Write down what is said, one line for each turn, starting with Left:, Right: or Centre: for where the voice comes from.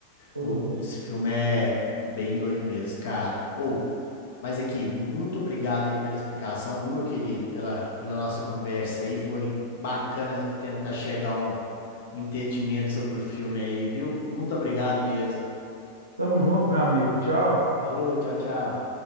Right: Pois
Left: Ô,
Right: é.
Left: esse filme é bem doido mesmo, cara. Ou, mas aqui, muito obrigado aí pela explicação, viu, meu querido? Pela, pela nossa conversa aí, foi bacana tentar chegar a um, um entendimento sobre o filme aí, viu? Muito obrigado mesmo.
Right: Tamo junto, meu amigo. Tchau.
Left: Falou, tchau, tchau.